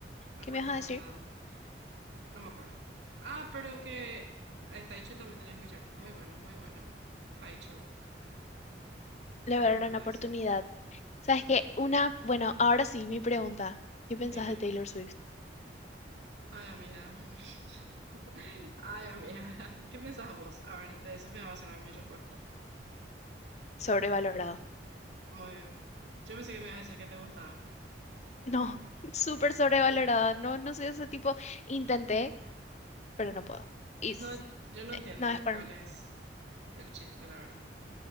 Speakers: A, on the left (about 40°); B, on the right (about 75°).
A: ¿Qué
B: recomendado.
A: me vas a decir?
B: No me acuerdo. Ah, pero que eh, Taichu también tenés que escuchar. Muy bueno, muy bueno. Taichu,
A: Le
B: recomendadísimo.
A: voy a dar una oportunidad. ¿Sabes qué? Una, bueno, ahora sí, mi pregunta. ¿Qué pensás
B: Dímelo.
A: de Taylor Swift?
B: Ay, amiga. <laughs> Ay, amiga. ¿Qué pensás vos? A ver, de eso me va a basar mi respuesta.
A: Sobrevalorado.
B: Muy bien. Yo pensé que me ibas a decir que te gustaba.
A: No, <laughs> súper sobrevalorado. No, no soy ese tipo. Intenté, pero no puedo. Y s-
B: No, yo no entiendo
A: no es para...
B: cuál es el chiste, la verdad.